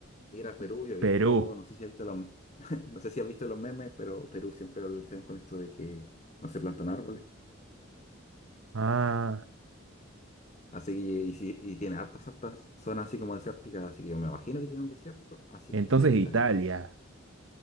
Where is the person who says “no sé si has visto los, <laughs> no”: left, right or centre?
Left